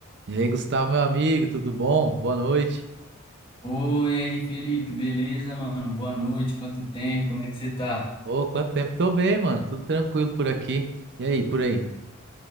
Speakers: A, on the right; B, on the left.
A: E aí, Gustavo, meu amigo, tudo bom? Boa noite.
B: Oi, aí, Felipe, beleza, mano? Boa noite, quanto tempo, como é que você tá?
A: Ô, quanto tempo? Tô bem, mano. Tudo tranquilo por aqui. E aí, por aí?